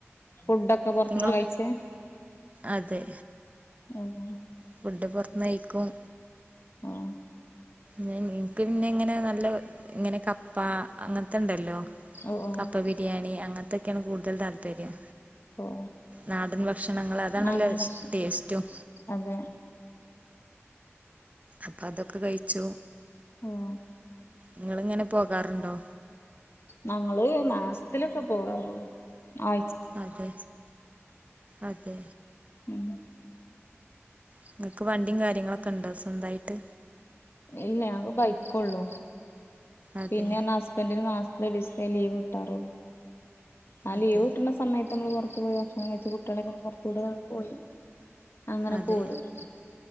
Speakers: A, on the left; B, on the right.
A: ഫുഡൊക്കെ പൊറ്ത്ത്ന്ന
B: നിങ്ങളും
A: കഴിച്ചെ?
B: അതെ.
A: ഓഹ്
B: ഫുഡ് പൊറ്ത്ത്ന്ന് കയിക്കും.
A: ഓ
B: ഞാൻ ഇൻക്ക് പിന്നെ ഇങ്ങനെ നല്ലെ ഹ് ഇങ്ങനെ കപ്പ അങ്ങ ത്ത്ണ്ടല്ലോ
A: ഓ ഓ
B: കപ്പ ബിരിയാണി അങ്ങൻത്തൊക്കേണ് കൂടുതൽ താല്പര്യം.
A: ഓ
B: നാടൻ ഭക്ഷണങ്ങൾ അതാണല്ലൊ
A: നാടൻ ഭക്ഷണം
B: ടേസ്റ്റും.
A: അതെ.
B: അപ്പ അതൊക്കെ കഴിച്ചു.
A: ഓ
B: ഇങ്ങള് ഇങ്ങനെ പോകാറുണ്ടോ?
A: ഞങ്ങള് മാസത്തിലൊക്കെ പോവാറൊള്ളു. ആ
B: അതെ അതെ
A: ഉം
B: ഇങ്ങക്ക് വണ്ടിം കാര്യങ്ങളൊക്ക്ണ്ടോ സ്വന്തായിട്ട്?
A: ഇല്ല ഞങ്ങ്ക്ക് ബൈക്കൊള്ളു.
B: അതെ
A: പിന്നേർന്ന അസ് ബൻ്റിന് മാസ്ത്തിലൊരീസെ ലീവ് കിട്ടാറൊള്ളൂ. ആ
B: അതെ
A: ലീവ് കിട്ട്ണ സ് സമയത്ത് നമ്മൾ പൊറത്ത് പോയി ഭക്ഷണം കഴിച്ച് കുട്ട്യാളെക്കൊന്ന് പൊറ്ത്തൂടെ നടന്ന് പോയി. അങ്ങനെ
B: അതെ
A: പോരും